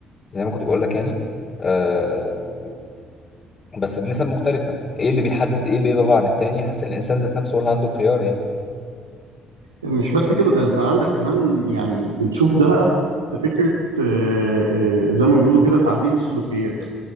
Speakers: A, on the left; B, on the right.
A: زي ما كنت بقول لك يعني آه، بس بنسب مختلفة ايه اللي بيحدد ايه اللي يضغى عن التاني حاسس إن الانسان ذات نفسه هو اللي عنده الخيار يعني
B: مش بس كده ده انت عندك كمان يعني بنشوف ده بقى في فكره آه، آه، زي ما بيقولوا كده تعديل السلوكيات